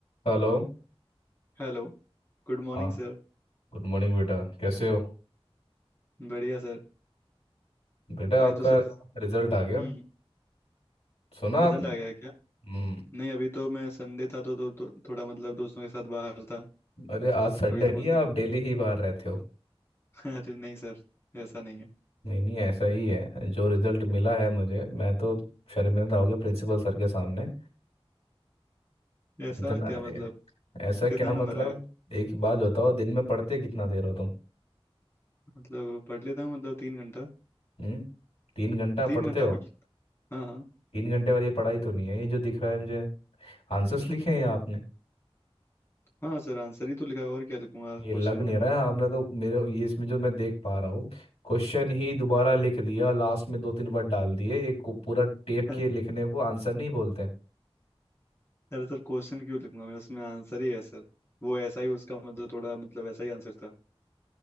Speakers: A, on the left; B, on the left.
A: Hello
B: Hello Good morning
A: हाँ
B: sir
A: Good morning बेटा कैसे हो
B: बढ़िया sir
A: बेटा
B: आया
A: आपका
B: तो सर
A: रिजल्ट आ गया
B: हम्म
A: सुना
B: रिजल्ट
A: आपने
B: आ गया है क्या
A: हम्म
B: नहीं अभी तो मैं संडे था तो, तो, तो थोड़ा मतलब दोस्तों के साथ बाहर था
A: अरे आज संडे
B: अभी तो
A: नहीं
B: कुछ
A: है
B: देखा
A: आप डेली ही बाहर रहते हो
B: नहीं <laughs> अरे नहीं सर ऐसा नहीं है
A: नहीं नहीं ऐसा ही है जो रिजल्ट मिला है मुझे मैं तो शर्मिंदा हो गया प्रिंसिपल सर के सामने
B: ऐसा
A: इतना
B: क्या मतलब
A: ऐसा
B: कितना
A: क्या
B: नंबर
A: मतलब
B: आया
A: एक बात बताओ दिन में पढ़ते कितना देर हो तुम
B: मतलब पढ़ लेता हूँ मतलब तीन घंटा
A: हम्म तीन घंटा
B: तीन
A: पढ़ते
B: घंटा
A: हो
B: पढ़ हाँ हाँ
A: तीन घंटे वाली पढ़ाई तो नहीं है ये जो दिख रहा है मुझे आंसर्स लिखे हैं ये आपने
B: हाँ सर आंसर ही तो लिखा है और क्या लिखूंगा
A: ये
B: क्वेश्चन
A: लग
B: में
A: नहीं रहा है आपने तो मेरे ये इसमें जो मैं देख पा रहा हूँ क्वेश्चन ही दोबारा लिख दिया लास्ट में दो तीन वर्ड डाल दिए एक को पूरा टेप
B: <laughs>
A: किए
B: अरे
A: लिखने को आंसर नहीं बोलते
B: अरे सर क्वेश्चन क्यों लिखूंगा मैं उसमें आंसर ही है सर वो ऐसा ही उसका मतलब थोड़ा मतलब ऐसा ही आंसर था